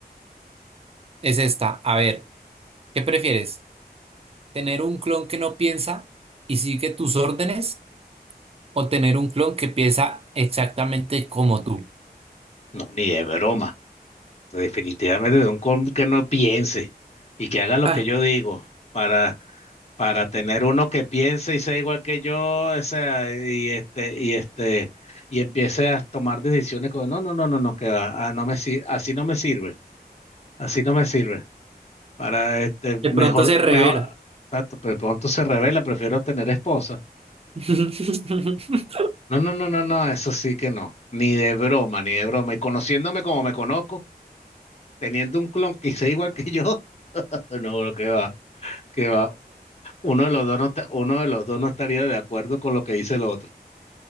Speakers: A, on the right (about 35°); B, on the left (about 40°).
A: Es esta. A ver, ¿qué prefieres? ¿Tener un clon que no piensa y sigue tus órdenes o tener un clon que piensa exactamente como tú?
B: no, ni de broma. Definitivamente de un con que no piense y que haga lo
A: Ah,
B: que yo digo para, para tener uno que piense y sea igual que yo, o sea, y este, y este, y empiece a tomar decisiones como, no, no, no, no, no, que va, ah, no me sir- así no me sirve, así no me sirve. Para este, mejor,
A: de pronto se revela.
B: mejor, exacto, pero pronto se revela, prefiero tener esposa.
A: <laughs>
B: No, no, no, no, no, eso sí que no, ni de broma, ni de broma. Y conociéndome como me conozco, teniendo un clon que sea igual que yo, <laughs> no, lo que va. que va, uno de los dos no está- uno de los dos no estaría de acuerdo con lo que dice el otro.